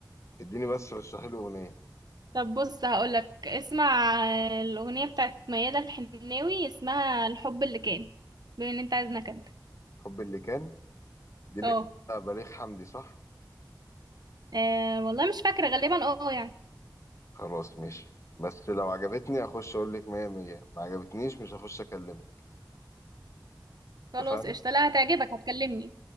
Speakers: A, on the left; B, on the right.
A: اديني بس رشحي لي اغنيه
B: طب بص هقولك اسمع الأغنية بتاعت ميادة الحناوي اسمها الحب اللي كان بما ان انت عايز نكد
A: حب اللي كان دي اللي
B: اه
A: كتبها بليغ حمدي صح
B: آه، والله مش فاكرة غالبا اه يعني
A: خلاص ماشي بس لو عجبتني هخش اقول لك مية مية ما عجبتنيش مش هخش اكلمك اتفقنا
B: خلاص قشطة لا هتعجبك هتكلمني